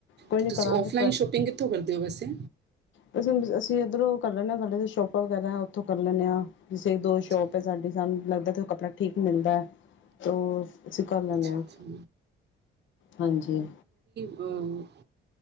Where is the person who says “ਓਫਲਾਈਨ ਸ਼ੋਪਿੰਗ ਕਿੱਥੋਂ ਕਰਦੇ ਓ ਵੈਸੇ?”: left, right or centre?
Right